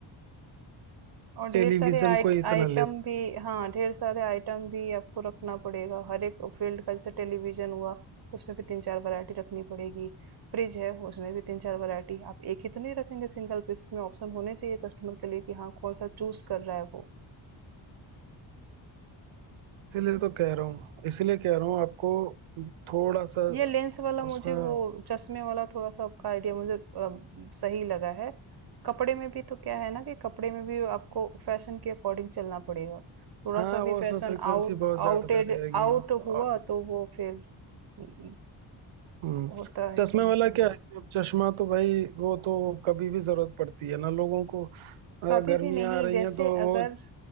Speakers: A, on the right (about 50°); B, on the right (about 75°).
A: और ढेर
B: टेलीविजन
A: सारे आइट,
B: कोई इतना
A: आइटम
B: ले
A: भी हाँ ढेर सारे आइटम भी आपको रखना पड़ेगा हर एक फील्ड का जैसे टेलीविजन हुआ उसमें भी तीन चार वैरायटी रखनी पड़ेगी फ्रिज है उसमें भी तीन चार वैरायटी आप एक ही तो नहीं रखेंगे सिंगल पीस उसमें ऑप्शन होने चाहिए कस्टमर के लिए कि हाँ कौन सा चूज कर रहा है वो
B: इसीलिए तो कह रहा हूँ इसीलिए कह रहा हूँ आपको थोड़ा सा
A: ये लेंस वाला मुझे
B: उसमें
A: वो चश्मे वाला थोड़ा सा आपका आइडिया मुझे अ, सही लगा है कपड़े में भी तो क्या है ना कि कपड़े में भी आपको फैशन के अकॉर्डिंग चलना पड़ेगा थोड़ा
B: हाँ
A: सा
B: वो
A: भी
B: उसमें
A: फैशन
B: फ्रिक्वेंसी
A: आउट
B: बहुत ज्यादा
A: आउटेड
B: रहेगी
A: आउट
B: और
A: हुआ तो वो फिर न-
B: हम्म,
A: होता है
B: चश्मे
A: कि नहीं
B: वाला
A: चलेगा
B: क्या है कि अब चश्मा तो भाई वो तो कभी भी जरूरत पड़ती है ना लोगों को अ,
A: कभी
B: गर्मियाँ
A: भी नहीं
B: आ रही
A: जैसे
B: हैं तो वो
A: अगर